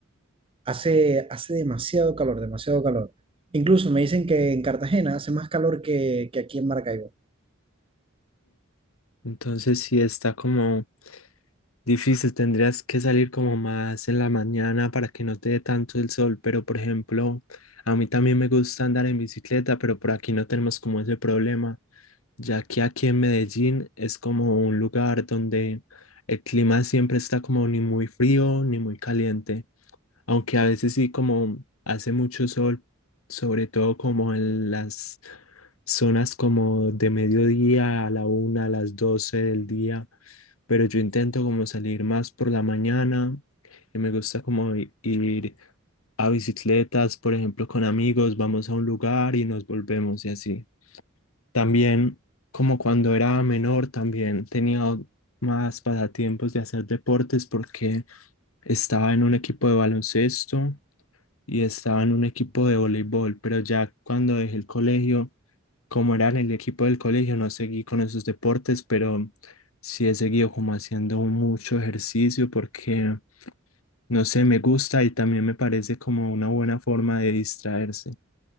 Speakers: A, on the right; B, on the left.
A: Hace, hace demasiado calor, demasiado calor. Incluso me dicen que en Cartagena hace más calor que, que aquí en Maracaibo.
B: Entonces sí está como difícil, tendrías que salir como más en la mañana para que no te dé tanto el sol, pero por ejemplo, a mí también me gusta andar en bicicleta, pero por aquí no tenemos como ese problema, ya que aquí en Medellín es como un lugar donde el clima siempre está como ni muy frío ni muy caliente aunque a veces sí como hace mucho sol, sobre todo como en las zonas como de mediodía a la una, a las doce del día, pero yo intento como salir más por la mañana y me gusta como i- ir a bicicletas, por ejemplo, con amigos, vamos a un lugar y nos volvemos y así. También, como cuando era menor, también tenía o- más pasatiempos de hacer deportes porque estaba en un equipo de baloncesto y estaba en un equipo de voleibol, pero ya cuando dejé el colegio, como era en el equipo del colegio, no seguí con esos deportes, pero sí he seguido como haciendo mucho ejercicio porque, no sé, me gusta y también me parece como una buena forma de distraerse.